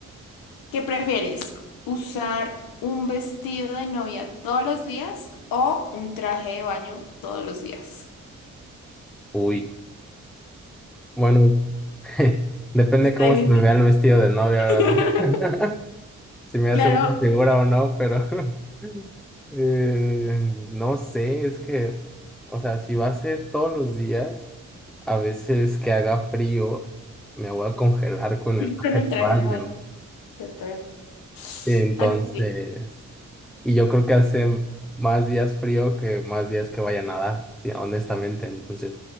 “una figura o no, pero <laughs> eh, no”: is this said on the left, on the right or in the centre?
Centre